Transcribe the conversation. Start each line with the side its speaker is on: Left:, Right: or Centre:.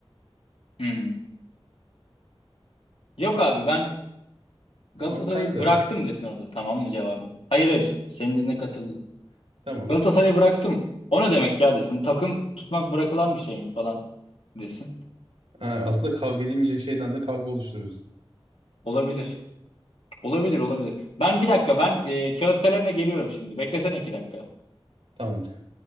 Left: Hmm. Yok abi ben Galatasaray'ı
Right: Tamam sen söyle.
Left: bıraktım desin o da tamam mı cevabım? Hayır hayır senin dediğine katıldım.
Right: Tamam.
Left: Galatasaray'ı bıraktım. O ne demek ya desin. Takım tutmak bırakılan bir şey mi falan desin.
Right: Ha, aslında kavga edilmeyecek şeyden de kavga oluştururuz.
Left: Olabilir. Olabilir olabilir. Ben bir dakika ben e, kağıt kalemle geliyorum şimdi. Beklesene iki dakika.
Right: Tamamdır.